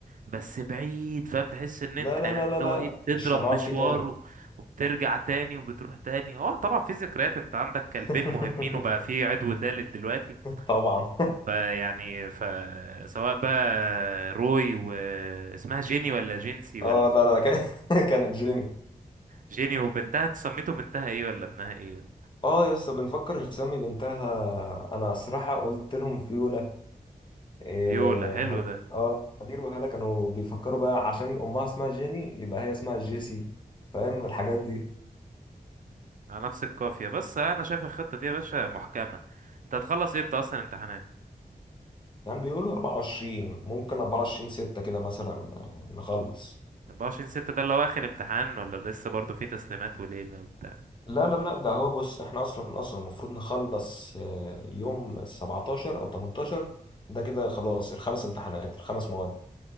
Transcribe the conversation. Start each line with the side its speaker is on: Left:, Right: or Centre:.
Right: بس بعيد فاهم تحس إن
Left: لا
Right: أنت
Left: لا
Right: يعني
Left: لا لا
Right: اللي
Left: لا
Right: هو إيه بتضرب
Left: مش هنقعد
Right: مشوار
Left: فيه تاني
Right: و- وبترجع تاني وبتروح تاني أه طبعا في ذكريات أنت عندك كلبين
Left: <laughs>
Right: مهمين وبقى في عدو تالت دلوقتي
Left: طبعا
Right: فيعني فسواء بقى روي واسمها جيني ولا جينسي ولا
Left: اه لا لا لا، كان- <laughs> كانت جيني
Right: جيني وبنتها انت سميته بنتها ايه ولا ابنها ايه ولا
Left: اه يا اسطى بنفكر نسمي بنتها انا صراحة قلت لهم فيولا إيه
Right: فيولا حلو
Left: ه...
Right: ده
Left: اه هدير وهلا كانوا بيفكروا بقى عشان امها اسمها جيني يبقى هي اسمها جيسي فاهم الحاجات دي
Right: على نفس القافية بس انا شايف الخطة دي يا باشا محكمة انت هتخلص امتى اصلا امتحانات
Left: يعني بيقولوا 24 ممكن 24 6 كده مثلا آه، نخلص
Right: 24 6 ده اللي هو اخر امتحان ولا لسه برضه في تسليمات وليلة وبتاع
Left: لا لا لا ده هو بص احنا اصلا اصلا المفروض نخلص آه، يوم 17 او 18 ده كده خلاص الخمس امتحانات الخمس مواد